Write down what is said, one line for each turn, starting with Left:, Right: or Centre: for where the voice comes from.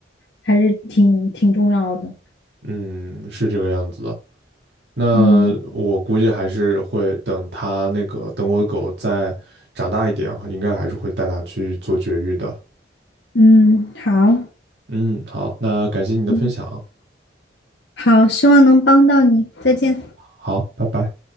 Left: 还是挺挺重要的。
Right: 嗯，是这个样子的。那我估计还是会等它那个等我的狗再长大一点啊，
Left: 嗯，
Right: 应该还是会带它去做绝育的。
Left: 嗯，好，
Right: 嗯，好，那感谢你的分享，
Left: 嗯，好，希望能帮到你，再见。
Right: 好，拜拜。